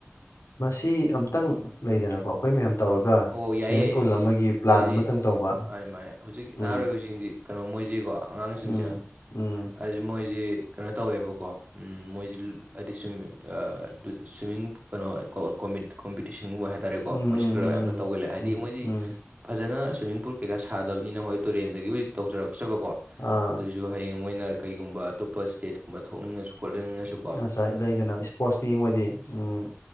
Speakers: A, on the left; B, on the right.
A: ꯃꯁꯤ ꯑꯝꯇꯪ ꯂꯩꯗꯅꯀꯣ ꯑꯈꯣꯏ ꯃꯌꯥꯝ ꯇꯧꯔꯒ
B: ꯑꯣ ꯌꯥꯏꯌꯦ
A: ꯁ꯭ꯋꯤꯝꯃꯤꯡ
B: ꯌꯥꯏꯌꯦ
A: ꯄꯨꯜ ꯑꯃꯒꯤ ꯄ꯭ꯂꯥꯟ
B: ꯃꯣꯏꯖꯤ
A: ꯑꯃꯇꯪ ꯇꯧꯕ
B: ꯃꯥꯅꯤ ꯃꯥꯅꯦ ꯍꯧꯖꯤꯛ ꯅꯍꯥꯔꯣꯏꯕꯖꯤꯡꯖꯤ
A: ꯎꯝ
B: ꯀꯩꯅꯣ ꯃꯣꯏꯖꯤꯀꯣ ꯑꯉꯥꯡꯁꯤꯡꯁꯦ
A: ꯎꯝ ꯎꯝ
B: ꯍꯥꯏꯗꯤ ꯃꯣꯏꯖꯤ ꯀꯩꯅꯣ ꯇꯧꯋꯦꯕꯀꯣ ꯎꯝ ꯃꯣꯏꯖꯤ ꯂꯨꯞ ꯍꯥꯏꯗꯤ ꯁ꯭ꯋꯤꯝꯃꯤꯡꯗ ꯁ꯭ꯋꯤꯝꯃꯤꯡ ꯀꯩꯅꯣ ꯀꯣ ꯀꯣꯝꯃꯤꯟ ꯀꯣꯝꯄꯤꯇꯤꯁꯟꯒꯨꯝꯕ ꯍꯥꯏ ꯇꯥꯔꯦꯀꯣ
A: ꯎꯝ ꯎꯝ
B: ꯃꯣꯏꯁꯤ ꯈꯔ
A: ꯎꯝ
B: ꯌꯥꯝꯅ
A: ꯎꯝ
B: ꯇꯧꯒꯂꯦ ꯍꯥꯏꯗꯤ
A: ꯎꯝ
B: ꯃꯣꯏꯗꯤ
A: ꯎꯝ
B: ꯐꯖꯅ ꯁ꯭ꯋꯤꯝꯃꯤꯡ ꯄꯨꯜ ꯀꯩꯀꯥ ꯁꯥꯗꯕꯅꯤꯅ ꯃꯣꯏ ꯇꯨꯔꯦꯟꯗꯒꯤꯕꯨꯗꯤ ꯇꯧꯖꯔꯛꯆꯕꯀꯣ
A: ꯑꯥ
B: ꯗꯨꯒ ꯍꯌꯦꯡ ꯃꯣꯏꯅ ꯀꯩꯒꯨꯝꯕ ꯑꯇꯣꯞꯄ ꯁ꯭ꯇꯦꯠꯀꯨꯝꯕ ꯊꯣꯛꯅꯤꯡꯉꯁꯨ ꯈꯣꯠꯅꯤꯡꯉꯁꯨ
A: ꯉꯁꯥꯏ ꯂꯩꯗꯅ ꯏꯁꯄ꯭ꯔꯣꯠꯁꯅꯤ ꯃꯣꯏꯗꯤ ꯎꯝ